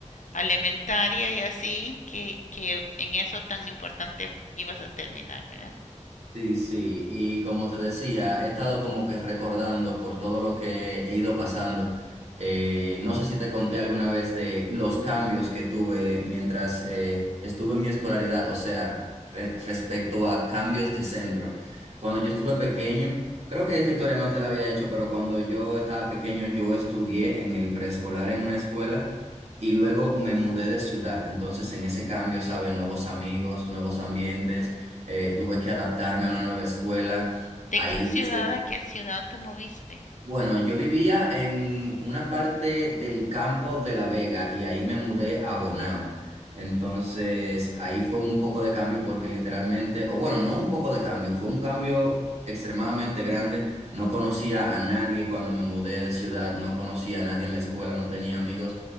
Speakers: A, on the left; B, on the right.
A: a elementaria y así, que, que en eso tan importante ibas a terminar, ¿verdad?
B: Sí, sí, y como te decía, he estado como que recordando por todo lo que he ido pasando. Eh, no sé si te conté alguna vez de los cambios que tuve mientras eh, estuve en mi escolaridad, o sea, re- respecto a cambios de centro. Cuando yo estuve pequeño, creo que esta historia no te la había hecho, pero cuando yo estaba pequeño yo estudié en el preescolar en una escuela. Y luego me mudé de ciudad, entonces en ese cambio, ¿sabes? Nuevos amigos, nuevos ambientes eh, tuve que adaptarme a una nueva escuela.
A: ¿De
B: Ahí
A: qué ciudad
B: hice,
A: a qué ciudad te moviste?
B: bueno, yo vivía en una parte del campo de La Vega y ahí me mudé a Bonao. Entonces, ahí fue un poco de cambio porque literalmente, o bueno, no un poco de cambio, fue un cambio extremadamente grande. No conocía a nadie cuando me mudé de ciudad, no conocía a nadie en la escuela, no tenía amigos.